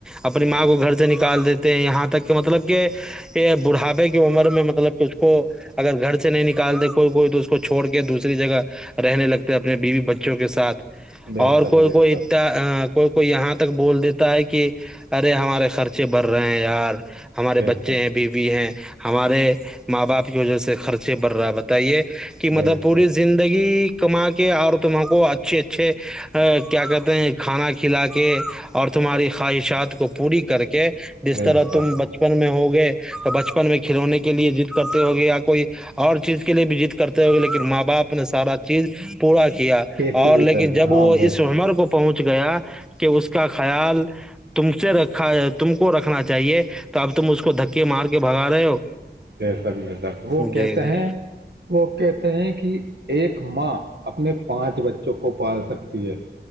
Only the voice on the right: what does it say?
بے
شک
بے
شک
بے
شک
بے
شک
بے
شک
کیسے
بھی
کر
کے ہاں
بے
شک
جی سک و سک وہ کہتے
ہیں وہ کہتے ہیں کہ ایک ماں اپنے پانچ بچوں کو پال سکتی ہے